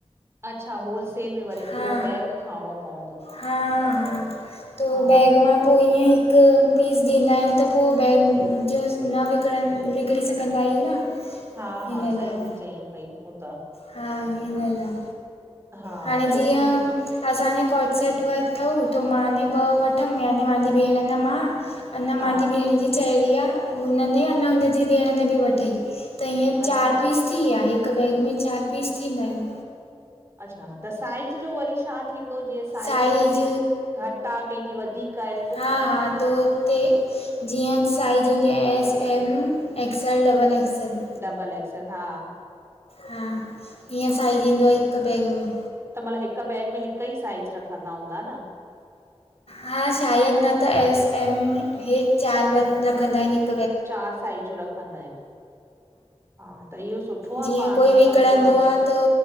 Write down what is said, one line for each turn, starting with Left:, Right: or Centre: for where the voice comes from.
Right: अच्छा होलसेल में वरी
Left: हा
Right: पूरो बैग खणणो पवंदो।
Left: हा, हा, त
Right: हा
Left: बैग मां पोइ ईअं हिकु पीस ॾींदा आहिनि त पोइ बैग जो न विकिणणु विक किणी सघंदा आहियूं न।
Right: हा,
Left: हिन
Right: हा सही
Left: लाइ
Right: थी चई पई हू त।
Left: हा हिन लाइ,
Right: हा
Left: हाणे
Right: छोकी
Left: जीअं असां ने कॉट् सेट वरठऊूं त मां ने ॿ वठमि याने मुंहिंजी भेण न मां अना
Right: हा
Left: मांजी भेण जी चएरी आह, हुन ने अने हुनजी भेण ने बि वठे त हीअं चारि
Right: अच्छा
Left: पीस थी विया हिक बैग में चारि पीस थींदा आहिनि।
Right: अच्छा त साइज़ जो वरी छा थींदो जीअं साइज़
Left: साइज
Right: मुंहिंजी घटि आह, कंहिंजी वधीक। आहे पो
Left: हा,
Right: कीअं
Left: हा,
Right: थिए
Left: तो ते जीअं साइज हूंदी आहे, एस, एम, एक्स ल डबल एक्सल
Right: डबल एक्सल, हा
Left: हा हअं, साइज़ ईंदो आहे, हिकु बैग में
Right: त मतलब हिक बैग में, हिक ई साइज, रखंदा हूंदा, न
Left: हा शायदि, न त एस, एम हे चारि, रखंदा आहिनि, हिकु
Right: चारि साइज़ूं, रखंदा आहिनि। हा, त इहो सुठो
Left: जीअं
Right: आहे, पाण,
Left: कोई विकिणंदो
Right: कम से कम
Left: आहे त